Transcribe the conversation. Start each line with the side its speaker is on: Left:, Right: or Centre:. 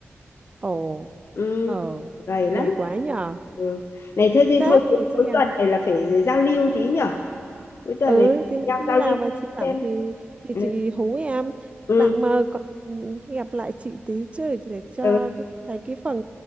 Right: ồ
Left: ừ
Right: ờ
Left: gầy
Right: dày
Left: lắm
Right: quá nhờ
Left: ừ. này thế thì
Right: sếp
Left: thôi cuối,
Right: rồi cho
Left: cuối
Right: em
Left: tuần này là phải giao lưu tí nhở cuối tuần
Right: ừ
Left: này
Right: thì
Left: nhau
Right: khi
Left: giao
Right: nào
Left: lưu
Right: mà chị giảm
Left: xem
Right: thì thì
Left: ừ
Right: chị hú em
Left: ừ
Right: đặng mà còn gặp lại chị tí chứ để cho
Left: ừ
Right: thấy cái phần